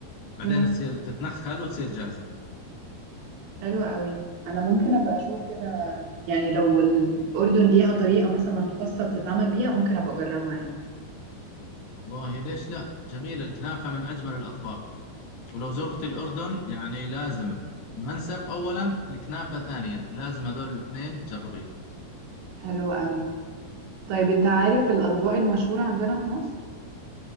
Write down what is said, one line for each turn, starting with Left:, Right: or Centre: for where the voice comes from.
Left: بعدين
Right: امم
Left: تصير تتنخل وتصير جاهزه
Right: حلوة قوي انا ممكن ابقى اشوف كده يعني لو الأردن ليها طريقة مثلا خاصة بتتعمل بيها ممكن ابقى اجربها يعني
Left: والله ليش لا جميل الكنافه من اجمل الاطباق ولو زرت الاردن يعني لازم المنسف اولا الكنافه ثانيا لازم هذول الاثنين تجربيهم
Right: حلوة قوي طيب انت عارف الأطباق المشهورة عندنا في مصر